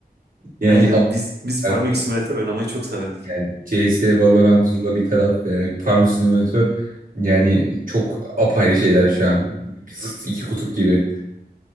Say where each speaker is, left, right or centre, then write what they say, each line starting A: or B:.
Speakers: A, on the right; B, on the right.
A: <laughs>
B: Yani
A: Aynen biz
B: affedersin,
A: biz Farming Simulator oynamayı çok severdik.
B: yani CS, Valorant, Zula bir taraf yani Farm Simulator yani çok apayrı şeyler şu an. Zıt iki kutup gibi.